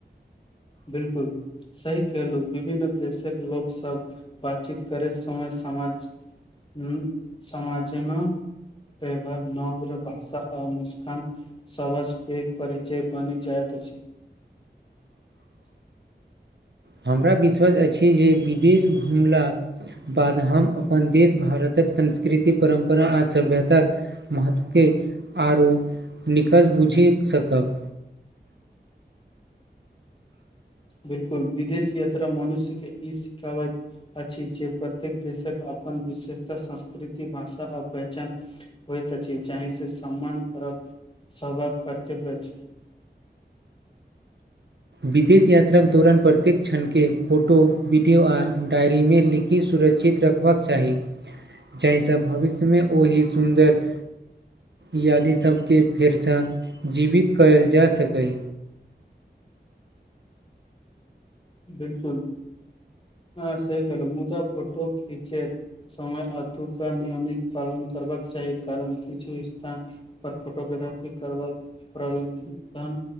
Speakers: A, on the left; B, on the right.
A: बिल्कुल सही केहलु विभिन्न देशक लोक सब बातचीत करे समय समाज हु समाज जेना व नब भाषा आ मुस्कान सवस के परिचय बनि जाइत अछि <inaudible>
B: हमरा विश्वज अछि जे विदेश घुमलाह बाद हम अपन देश भारतक संस्कृति परम्परा आ सभ्यताक महत्वके आरो निकस बुझि सकब
A: बिल्कुल विदेश यात्रा मनुष्य के ई सिखावत अछि जे प्रत्येक देशक अपन विशेषता संस्कृति भाषा आ पहचान होइत अछि जाहिसे सम्मान <unintelligible> कर्तव्य अछि।
B: विदेश यात्राक दौरान प्रत्येक क्षणके फोटो वीडियो आ डायरीमे लिखि सुरक्षित र हेबाक चाही जाहिसँ भविष्यमे ओही सुन्दर इऽ आदि सब के फेर सँ जीवित करल जा सकै
A: बिल्कुल हँ सही कहलु मुदा फोटो खीचे समय अतुका नियमित पालन कर बाक चाही कारण किछु स्थान पर फोटोग्राफी करबा प प्रमाण